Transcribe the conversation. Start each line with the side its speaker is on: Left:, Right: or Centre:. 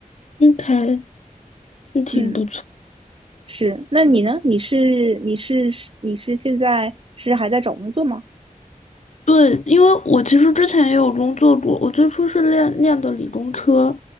Left: 嗯，还那挺不错。
Right: 嗯，是。那你呢？你是你是你是现在是还在找工作吗？
Left: 对，因为我其实之前也有工作过，我最初是练练的理工科，